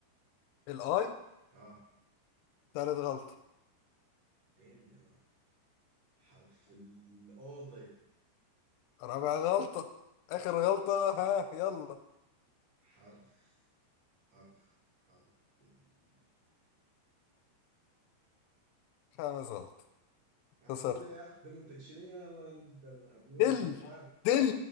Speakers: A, on the left; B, on the right.
A: الاي
B: اه
A: ثالث غلطه
B: دام يا حرف الاو طيب
A: رابع غلطه اخر غلطه ها يلا
B: حرف حرف حرف الام
A: خامس غلطه
B: معقولة
A: خسرت
B: يا اخ ده منتج شنو يا مان؟ انت معقولة
A: دل
B: والله بان
A: دل